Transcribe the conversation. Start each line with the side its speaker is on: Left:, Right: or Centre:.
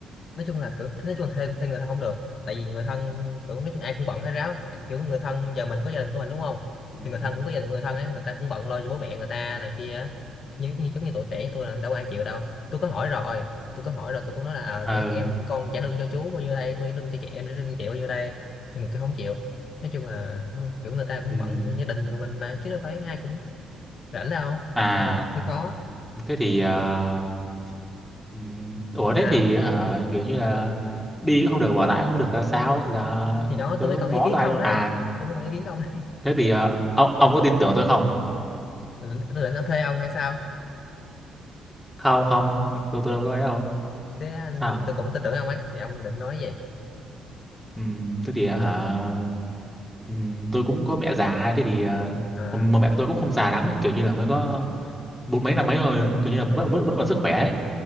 Left: nói chung là kiểu nói chung là thuê, thuê người thân không được tại vì người thân kiểu nói chung ai cũng bận hết ráo kiểu người thân giờ mình có gia đình của mình đúng không
Centre: Ừ.
Left: thì người thân cũng có gia đình người thân ấy người ta cũng bận lo cho bố mẹ người ta này kia á. như như giống như tuổi trẻ như tôi là đâu có ai chịu đâu tôi có hỏi rồi tôi có hỏi rồi tôi cũng nói là ờ,
Centre: Ờ.
Left: để em con trả lương cho chú bao nhiêu đây con trả lương cho chị em trả lương cho chị bao nhiêu đây nhưng mà cứ không chịu nói chung là ừ, kiểu người ta cũng
Centre: Ừ.
Left: bận gia đình của mình mà chứ đâu phải ai cũng rảnh đâu
Centre: À
Left: Ừ, hơi khó
Centre: thế thì ờ, Ừ. Ủa thế
Left: sao
Centre: thì hả kiểu như là đi cũng không được bỏ lại cũng không được là sao giờ
Left: thì đó
Centre: tôi
Left: tôi mới
Centre: cũng
Left: cần ý
Centre: bó
Left: kiến
Centre: tay
Left: của ông
Centre: luôn
Left: đấy
Centre: à
Left: tôi mới cần ý kiến của ông đấy
Centre: thế thì ờ, ông, ông có tin tưởng tôi không
Left: tôi định, tôi định thuê ông hay sao
Centre: không không tôi tôi đâu có ấy đâu
Left: thế anh
Centre: sao
Left: tôi cũng tin tưởng ông ấy thì ông định nói gì
Centre: ừ, thế thì ờ, hả ừ, tôi cũng có mẹ già thế thì ờ,
Left: à,
Centre: mà, mà mẹ tôi cũng không già lắm ấy kiểu như là mới có bốn mấy năm mấy thôi kiểu như là vẫn
Left: ừ,
Centre: vẫn vẫn còn sức khỏe ấy